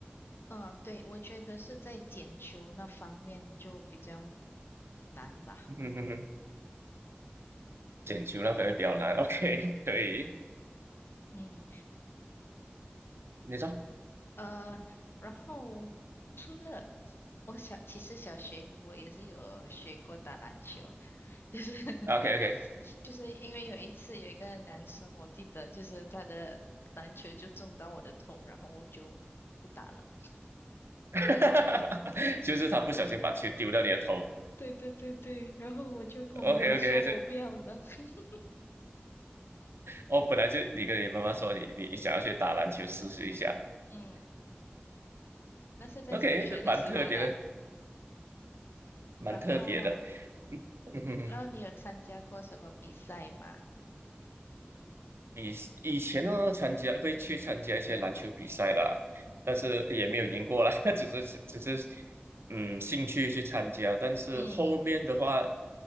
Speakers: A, on the left (about 70°); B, on the right (about 85°).
A: 嗯，对，我觉得是在捡球那方面就比较难吧。
B: 嗯哼哼捡球那可能比较难。<laughs> OK，可以，
A: 嗯。
B: 你说
A: 呃，然后除了我小，其实小学我也是有学过打篮球，就是 <laughs>
B: ，OK OK，
A: 就是因为有一次有一个男生，我记得就是他的篮球就中到我的头，然后我就不打了。
B: <laughs> 就是他不小心把球丢到你的头。
A: 对对对对，然后我就跟我妈妈说我不要了。
B: OK OK，这
A: <laughs>
B: 哦，本来就你跟你妈妈说你你想要去打篮球试试一下
A: 嗯，那是在小学的时候啦。
B: ，OK，这蛮特别的，蛮特别的。
A: 然后，
B: <laughs> 嗯哼哼
A: 然后你有参加过什么比赛吗？
B: 以以前呢，参加会去参加一些篮球比赛啦，但是也没有赢过啦，<laughs> 只是只是嗯兴趣去参加。但是后面的话，
A: 嗯